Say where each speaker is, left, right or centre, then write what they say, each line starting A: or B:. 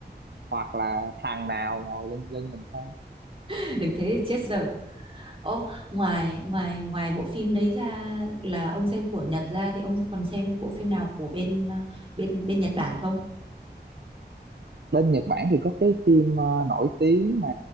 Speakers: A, on the right; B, on the right.
A: hoặc là thằng nào ngồi lên lưng mình không
B: <laughs> thế thì chết dở Ô, ngoài ngoài ngoài bộ phim đấy ra là ông xem của Nhật ra thì ông còn xem bộ phim nào của bên ờ, bên bên Nhật Bản không?
A: bên Nhật Bản thì có cái phim ờ, nổi tiếng mà